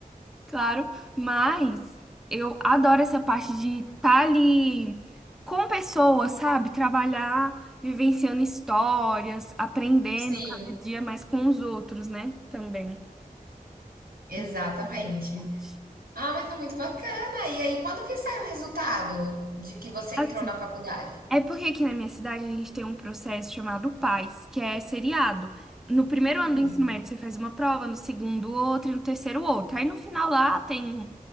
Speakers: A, in the centre; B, on the right.
A: Claro, mas eu adoro essa parte de estar ali com pessoas, sabe? Trabalhar, vivenciando histórias, aprendendo
B: Sim,
A: cada dia mais com os outros, né? Também.
B: exatamente.
A: Hum, adoro essa parte.
B: Ah, mas é muito bacana. E aí, quando que sai o resultado de que você
A: Assim,
B: entrou na faculdade?
A: é porque aqui na minha cidade a gente tem um processo chamado PAS, que é seriado. No primeiro
B: Uhum,
A: ano do ensino médio você faz uma prova, no segundo outra e no terceiro outra. Aí no final lá tem